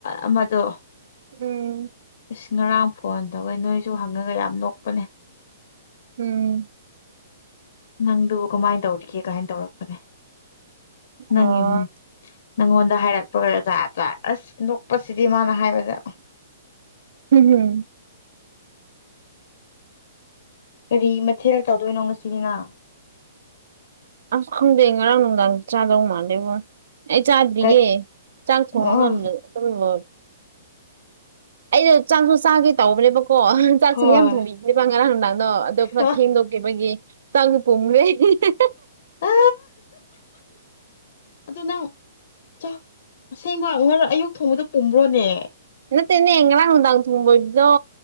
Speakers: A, on the left; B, on the right.
A: ꯑꯃꯗꯣ
B: ꯎꯝ
A: ꯑꯁ ꯉꯔꯥꯡ ꯐꯣꯟ ꯇꯧꯋꯦ ꯅꯣꯏꯁꯨ ꯍꯪꯉꯒ ꯌꯥꯝ ꯅꯣꯛꯄꯅꯦ
B: ꯎꯝ
A: ꯅꯪꯗꯨ ꯀꯃꯥꯏꯅ ꯇꯧꯔꯤꯒꯦ ꯀꯥꯏꯅ ꯇꯧꯔꯛꯄꯅꯦ ꯅꯪꯒꯤ
B: ꯑꯣ
A: ꯅꯪꯉꯣꯟꯗ ꯍꯥꯏꯔꯛꯄ ꯇꯥꯢꯞ ꯇꯥꯢꯞ ꯑꯁ ꯅꯣꯛꯄꯁꯤꯗꯤ ꯃꯥꯅ ꯍꯥꯏꯕꯗ
B: ꯎꯝ
A: ꯀꯔꯤ ꯃꯊꯦꯜ ꯇꯧꯗꯣꯏꯅꯣ ꯉꯁꯤꯗꯤꯅ
B: ꯑꯁ ꯈꯪꯗꯦ ꯉꯔꯥꯡ ꯅꯨꯡꯗꯥꯡ ꯆꯥꯗꯧ ꯃꯥꯟꯗꯦꯕ ꯑꯩ ꯆꯥꯗ꯭ꯔꯤꯌꯦ
A: ꯀꯩ
B: ꯆꯥꯛ ꯊꯣꯡꯉꯒ
A: ꯑꯣ
B: ꯑꯗꯨꯝ ꯂꯣꯢ ꯑꯩꯗꯣ ꯆꯥꯛꯁꯨ ꯆꯥꯒꯦ ꯇꯧꯕꯅꯦꯕ ꯀꯣ ꯆꯥꯛꯁꯨ
A: ꯍꯣꯏ
B: ꯃꯌꯥꯝ ꯊꯣꯡꯕꯤꯕꯅꯦꯕ ꯉꯔꯥꯡ ꯅꯨꯗꯥꯡꯗꯣ ꯑꯗꯣ ꯈꯔ
A: ꯍꯣꯏ
B: ꯊꯦꯡꯗꯣꯛꯈꯤꯕꯒꯤ ꯆꯥꯛꯁꯨ ꯄꯨꯝꯈ꯭ꯔꯦ ꯑꯦꯍꯦ ꯢꯍꯦꯍꯦꯍꯦ
A: ꯑ ꯑꯗꯨ ꯅꯪ ꯆꯥꯥꯛ ꯑꯁꯦꯡꯕ ꯉꯔꯥꯡ ꯑꯌꯨꯛ ꯊꯣꯡꯕꯗꯨ ꯄꯨꯝꯕ꯭ꯔꯣꯅꯦ
B: ꯅꯠꯇꯦꯅꯦ ꯉꯔꯥꯡ ꯅꯨꯡꯗꯥꯡ ꯊꯣꯡꯕꯗꯣ